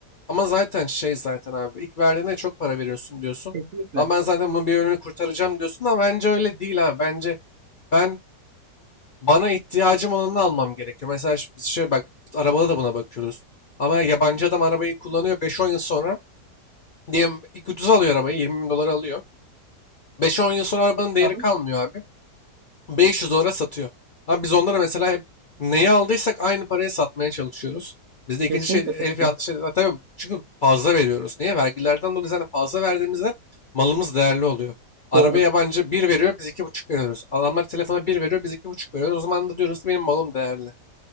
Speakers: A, on the left; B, on the right.
A: ama zaten şey zaten abi ilk verdiğinde çok para veriyorsun diyorsun.
B: kesinlikle.
A: Ama ben zaten bunun bir bölümünü kurtaracağım diyorsun ama bence öyle değil abi. Bence ben bana ihtiyacım olanını almam gerekiyor. Mesela ş- biz şey bak arabada da buna bakıyoruz. Ama yabancı adam arabayı kullanıyor beş on yıl sonra. Diyelim ilk ucuza alıyor arabayı 20 bin dolara alıyor. Beş on yıl sonra arabanın değeri
B: Aha,
A: kalmıyor abi. 500 dolara satıyor. Ama biz onlara mesela hep neyi aldıysak aynı paraya satmaya çalışıyoruz. Bizde ikinci
B: kesinlikle
A: şey el
B: satılıyor.
A: fiyatlı şey. Ha, Tabii çünkü fazla veriyoruz. Niye? Vergilerden dolayı zaten fazla verdiğimizden malımız değerli oluyor. Arabaya
B: Doğru.
A: yabancı bir veriyor biz iki buçuk veriyoruz. Adamlar telefona bir veriyor biz iki buçuk veriyoruz. O zaman da diyoruz ki benim malım değerli.